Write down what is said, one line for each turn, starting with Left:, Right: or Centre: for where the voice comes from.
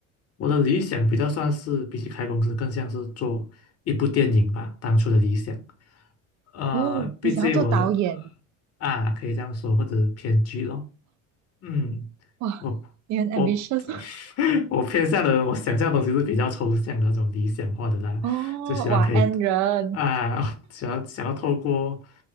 Left: 我的理想比较算是比起开公司，更像是做一部电影吧，当初的理想。呃，
Right: 哦，
Left: 毕竟我呃
Right: 你想要做导演，
Left: 啊，可以这样说，或者偏剧咯。嗯，
Right: 哇，
Left: 我
Right: 你很 ambitious
Left: 我 <laughs> 我偏向的，我想象的东西是比较抽象的那种理想化的啦，
Right: <laughs> 哦，
Left: 就希望可以
Right: 哇，N 人。
Left: 啊，<laughs> 想要想要透过